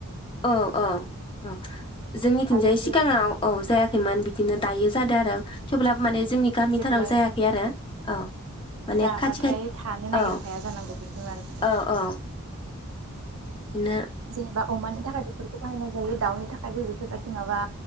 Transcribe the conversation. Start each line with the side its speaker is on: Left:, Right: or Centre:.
Left: औ औ औ जोंनिथिंजाय
Right: आरो बे
Left: सिगाङाव औ जायाखैमोन बिदिनो दायो दा आरो थेवब्लाबो माने जोंनि गामिथाराव
Right: जेब्ला
Left: जायाखै आरो औ माने
Right: जाबाथाय
Left: खाथि खाय
Right: थानो नागिरखाया
Left: औ
Right: जानांगौ बे बेमारफोरा
Left: औ औ बिदिनो
Right: जेनेबा अमानि थाखाय बेफोरखौ बाहायनाय जायो दाउनि थाखायबो बेफोरबायदि माबा